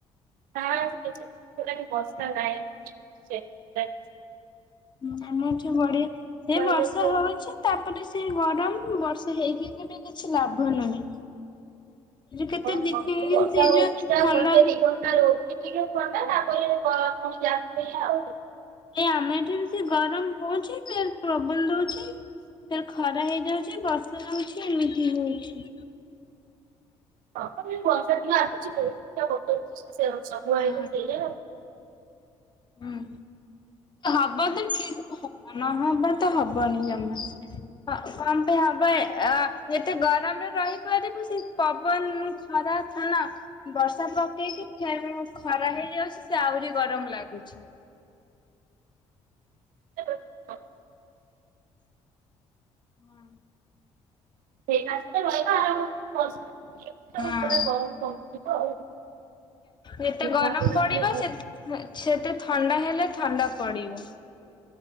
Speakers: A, on the right; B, on the left.
A: ନା <inaudible> ବର୍ଷା ନାହିଁ ସେ। <inaudible>
B: ହୁଁ ଆମ ଏଠି ବଢିଆ ସେ ବର୍ଷା
A: ହେଇଯାଇଥିଲେ
B: ହଉଛି ତାପରେ। ସେ ଗରମ ବର୍ଷା ହେଇକି ବି କିଛି ଲାଭ ନାହିଁ। ଯୋଉ କେତେ
A: ଓ ହୋ
B: ଦି ତିନି
A: ଏଇ ବର୍ଷା
B: ଦିନ ସେଇ
A: ହଉଛି
B: ଯୋଉ
A: ତ
B: ଥଣ୍ଡା
A: ଘଣ୍ଟେ ଦି ଘଣ୍ଟା ରହୁ ଚି ଟିକେ ଥଣ୍ଡା ତାପରେ ବ ପୁଣି ଯାହାକୁ ସେୟା ଆଉ।
B: ଏ ଆମେ ଏଠି ବେଶୀ ଗରମ ହଉଛି ଫେର ପ୍ରବନ ଦଉଚି ଫେର ଖ ଖରା ହେଇଯାଉଛି ବର୍ଷା ଯାଉଛି ଏମିତି ହାଉଛି
A: ହଁ ବର୍ଷା ଦିନ ଆସୁଛି ବହୁତା ହଟଉଛି ସବୁ ଆଇ
B: ହଁ
A: ସେଇ
B: ହୁଁ। ହବ ତ ଠିକ ହବ ନହବ ତ ହବନି ଜମା ହ କଣ ପାଇଁ ହବ ଯେତେ ଗରମରେ ରହିପାରିବ ସେ ପବନ ଥାନ ବର୍ଷା ପକେଇକି ଫେ ଖରା ହେଇଯାଉଛି, ସେ ଆହୁରି ଗରମ ଲାଗୁଛି <inaudible>
A: <inaudible>
B: ହଁ।
A: <unintelligible>
B: ହଁ ଯେତେ ଗରମ
A: ମାସରେ
B: ପଡିବ
A: ଟିକେ
B: ସେ ସେତେ ଥଣ୍ଡା ହେଲେ ଥଣ୍ଡା ପଡିବ।